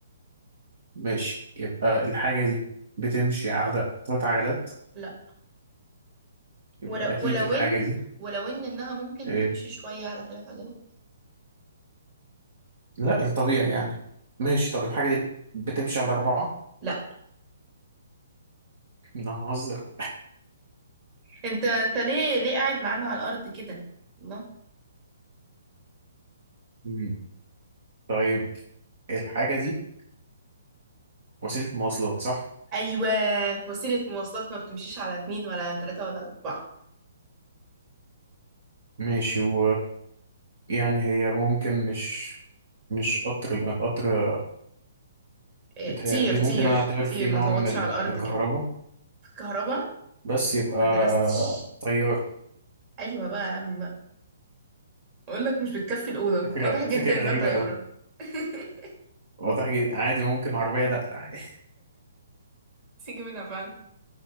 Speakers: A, on the right; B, on the right.
A: ماشي يبقى الحاجة دي بتمشي على ثلاث عجلات
B: لا
A: يبقى
B: ولو
A: أكيد
B: ولو
A: الحاجة
B: ان
A: دي
B: ولو ان انها ممكن
A: آه
B: تمشي شويه على ثلاث عجلات
A: لا الطبيعي يعني ماشي طب الحاجة دي بتمشي على أربعة
B: لا
A: لا هنهزر
B: انت انت ليه ليه قاعد معانا على الارض كده الله
A: <laughs> مم. طيب الحاجة دي وسيلة مواصلات صح؟
B: ايوه وسيله مواصلات ما بتمشيش على اتنين ولا ثلاثه ولا اربعه
A: ماشي و يعني هي ممكن مش مش قطر لأن القطر
B: إيه،
A: بيتهيألي
B: طير طير
A: ممكن أنا أعتبر فيه
B: طير
A: نوع
B: ما تقعدش
A: من ال-
B: على الارض
A: الكهرباء
B: كده كهرباء
A: بس يبقى
B: ما درستش
A: طيار
B: ايوه بقى يا عم اقول لك مش بتكفي الاوضه
A: فكرة
B: واضح جدا
A: فكرة
B: انها
A: غريبة
B: طياره
A: أوي
B: <laughs>
A: واضح جدا عادي ممكن عربية نقل عادي
B: سيجي منها فعلا